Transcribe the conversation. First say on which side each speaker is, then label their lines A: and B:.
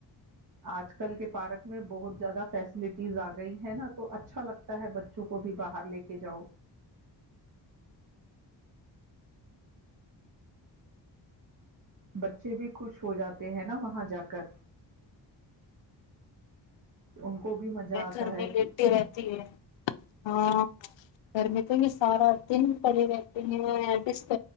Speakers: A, on the right; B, on the left.
A: آج کل کے پارک میں بہت زیادہ فیسلٹیز آ گئی ہیں نا تو اچھا لگتا ہے بچوں کو بھی باہر لے کے جاؤ بچے بھی خوش ہو جاتے ہیں نا وہاں جا کر ان کو بھی مزہ آتا
B: گھر
A: ہے
B: میں لیٹتی
A: کہ
B: رہتی ہے ہاں گھر میں تو یہ سارا دن پڑے رہتے ہیںسٹ